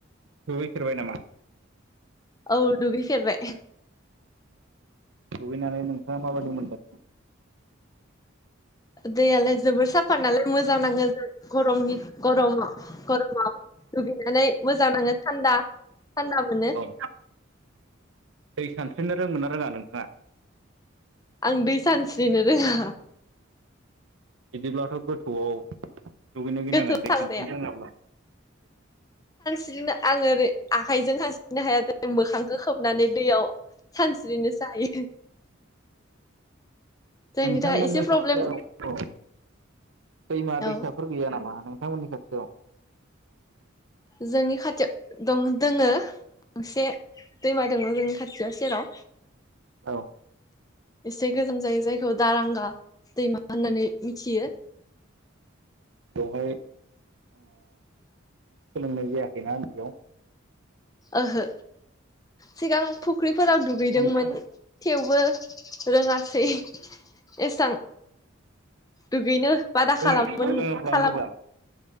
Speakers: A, on the right (about 70°); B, on the left (about 20°).
A: दुगैफेरबाय नामा
B: औ दुगै फेरबाय
A: दुगैनानै नोंथांङा माबायदि मोनदों
B: दैयालाय जोबोर साफा नालाय मोजां नांङो जो गरमनि गरमा गरमाव दुगैनानै मोजां नांङो थान्दा थान्दा मोनो
A: औ दै सानस्रिनो रोंगोना रोंङा नोंथांङा
B: आं दै सानस्रिनो रोंङा
A: बिदिब्लाथ गोथौआव दुगैनो गिनांगोन
B: गोथौ
A: दै
B: थांनाया
A: सानस्रिनो रोंङाब्ला
B: स्रिनो आं ओरै आखाइजों सान स्रिनो हाया <unintelligible> मोखांखौ खोबनानै दैयाव सानस्रिनोसो हायो जायनि
A: नोंथांमोननि
B: थाखाय एसे
A: <inaudible>
B: प्रब्लेम
A: दैमा दैसाफोर
B: औ
A: गैया नामा। थांमोननि खाथियाव।
B: जोंनि खाथियाव दं दोङो गंसे दैमा दङ जोंनि खाथियाव सेराव।
A: औ
B: से गोजान जायो जायखौ दारांगा दैमा होननानै मिथियो।
A: बेवहाय सोलोंनाय जायाखैना उन्दैयाव।
B: ओहो। सिगां फुख्रि फोराव दुगैदोंमोन
A: सानस्रिनो
B: थेवबो रोङासै एसां। दुगैनो। बादा खालामोन
A: जों सोलोङोब्ला
B: खालाम
A: मोजां